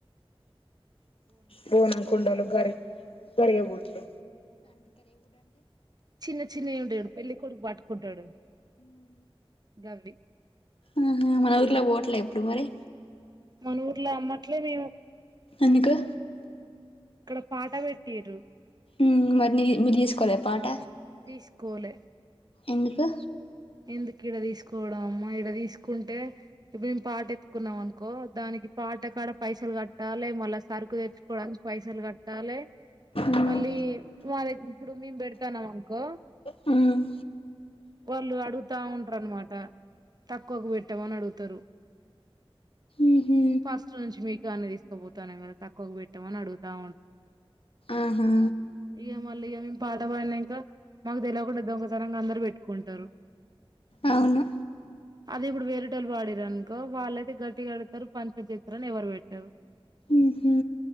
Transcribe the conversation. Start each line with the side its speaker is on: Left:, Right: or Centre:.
Left: బోనం కుండలు గరి గరి బుడ్లు
Right: చిన్న చిన్నయి ఉంటాయి చూడు పెళ్ళి కొడుకు పట్టుకుంటాడు గవి
Left: ఆహ మన ఊర్లో ఓట్లే ఎప్పుడు మరి
Right: మన ఊర్లో అమ్మట్లే మేము
Left: ఎందుకు
Right: ఇక్కడ పాట పెట్టిన్రు
Left: ఉహూ మరి నీ మీరు తిసుకోలే పాట
Right: తీస్కోలే
Left: ఎందుకు
Right: ఎందుకు ఇడ తీసుకోవడం అమ్మా ఇడ తీసుకుంటే మేము పాట ఎత్కున్నాం అనుకో దాని నికి పాట కాడ పైసలు కట్టాలే మళ్ళా సరుకు తెచ్చుకోవడానికి పైసలు కట్టాలే
Left: మ్మ్
Right: మళ్ళీ మాదై ఇప్పుడు మేము పెడతానాం అనుకో
Left: ఉమ్
Right: వాళ్ళు అడుగుతా ఉంటారు అనమాట తక్కువకు పెట్టామని అడుగుతారు
Left: ఊహూ
Right: ఫస్ట్ నుంచి మీ కానే తీసుకోబోత ా కదా తక్కువకు పెట్టామని అడుగుతా ఉంటారు
Left: ఆహా
Right: ఇగ మళ్ళ ఇగ పాట పాడినాంకా మాకు తెలియకుండాద్దొకసంగా అందరు పెట్టుకుంటారు
Left: అవును
Right: అది ఇప్పుడు వేరేటోల్లు పాడిన్రు అనుకో వాళ్ళైతే గట్టిగాడతారు పంచ చిత్రాని ఎవరు పెట్టారు
Left: ఊహూ